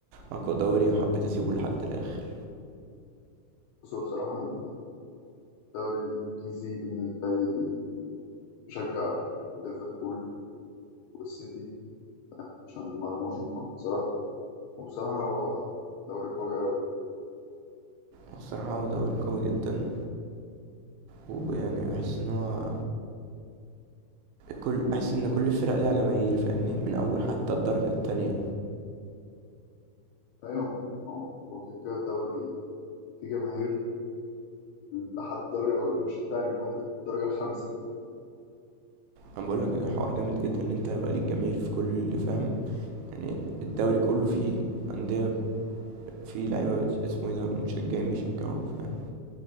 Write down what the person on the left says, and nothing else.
بصوا بصراحه انا الدوري الانجليزي بالنسبه لي بشجع ليفربول والسيتي عشان مرموش ومحمد صلاح وبصراحه هو دوري قوي قوي
ايوه هو هو كده كده الدوري فيه جماهير لحد الدرجه مش التانية لحد الدرجه الخامسه كده